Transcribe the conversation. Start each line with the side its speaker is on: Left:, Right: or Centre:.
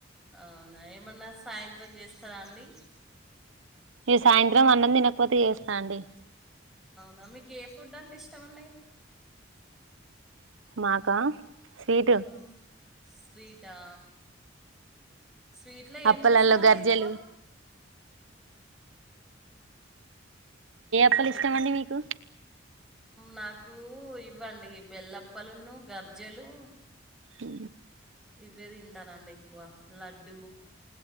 Centre: అవునా ఏమన్నా సాయంత్రం చేస్తారా అండి
Right: సాయంత్రం అన్నం దినకపోతే చేస్తా అండి
Centre: నా మీకే ఫుడ్ అంటే ఇష్టమండి
Right: మాకా స్వీటు
Centre: మ్మ్. స్వీటా స్వీట్ లో ఏం
Right: అప్పలల్లో
Centre: జేస్తరండి
Right: గర్జెలు
Centre: ఎక్కువ
Right: ప్పలు ఇస్టమండి
Centre: ఎక్
Right: మీకు
Centre: నాకు ఇవ్వండి బెల్లప్పలును గర్జెలు
Right: ఇ
Centre: వి తింటారండి ఎక్కువ లడ్డుూ